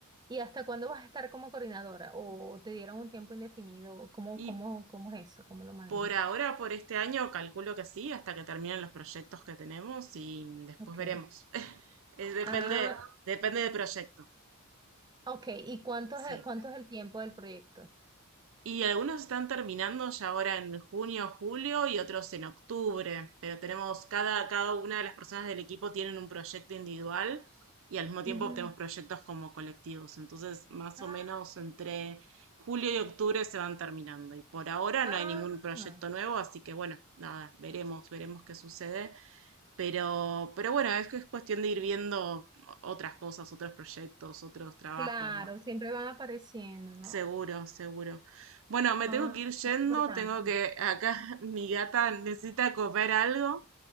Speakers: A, on the right; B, on the right.
A: ¿y hasta cuándo vas a estar como coordinadora? ¿O te dieron un tiempo indefinido? ¿Cómo,
B: Y
A: cómo, cómo es eso? ¿Cómo lo manejas?
B: por ahora, por este año, calculo que sí, hasta que terminen los proyectos que tenemos y después
A: Ok.
B: veremos. <laughs> Eh, depende,
A: Ah,
B: depende del proyecto.
A: ok. ¿Y cuánto
B: Sí.
A: es, el- cuánto es el tiempo del proyecto?
B: Y algunos están terminando ya ahora en junio, julio y otros en octubre, pero tenemos cada, cada una de las personas del equipo tienen un proyecto individual y al mismo tiempo
A: Ujú.
B: tenemos proyectos como colectivos. Entonces, más
A: Ah,
B: o menos entre julio y octubre se van terminando. Y por ahora
A: ah,
B: no hay ningún proyecto nuevo, así que bueno, nada, veremos, veremos qué sucede. Pero, pero bueno, es que es cuestión de ir viendo otras cosas, otros proyectos, otros trabajos,
A: claro,
B: ¿no?
A: siempre van apareciendo, ¿no?
B: Seguro, seguro. Bueno, me
A: Ah,
B: tengo que ir yendo,
A: es importante.
B: tengo que, acá <laughs> mi gata necesita comer algo,